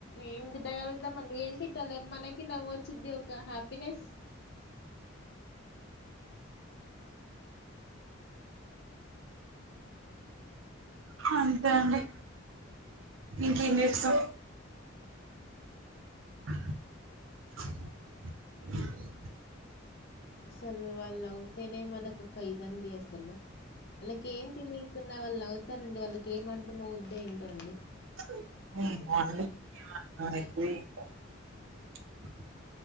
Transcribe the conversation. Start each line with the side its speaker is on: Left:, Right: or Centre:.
Left: ఏం తిట్టాగలుగుతం మనం ఏమ్ తిట్టాలేం మనకి కి నవ్వొచ్చుద్ది ఒక హ్యాపీనెస్
Right: అంతే అండి ఇంక ఏం చేస్తావ్ కి
Left: అసలు వాళ్ళు అవుతేనే మనకు ఒక ఇదండి అసలు వాళ్ళకి ఏం తెలియకున్నా వాళ్ళు నవుతారండి వాళ్ళకి ఏం అర్ధం అవుద్ద ఏంటో అండి
Right: వా